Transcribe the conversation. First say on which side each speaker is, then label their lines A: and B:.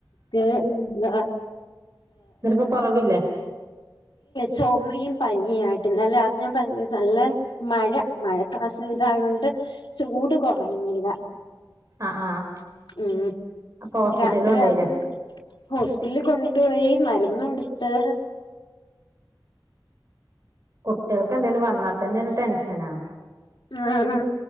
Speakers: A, on the left; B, on the right.
A: ഞങ്ങൾക്കൊക്കെ ഇല്ല.
B: ഇന്നട്ട്പ്പൊ കൊറവില്ലേ
A: ചുമയും പനിയും ആയിട്ട് ഇന്നല രാത്രി ഞാൻ നല്ല. മഴ മഴക്കാസു ഇതായൊണ്ട് ചൂട് കുറയുന്നില്ല.
B: ആഹ് ആഹ്
A: ഉം
B: അപ്പൊ ഹോസ്പിറ്റലിൽ
A: രാത്രി,
B: കൊണ്ടോയില്ലേ
A: രാത്രി. ഹോസ്പിറ്റലിൽ കൊണ്ടോയി മരുന്ന് കൊടുത്ത്.
B: കുട്ടികൾക്ക് എന്തെലും വന്നാ തന്നെ ഒരു ടെൻഷനാ.
A: ആഹ.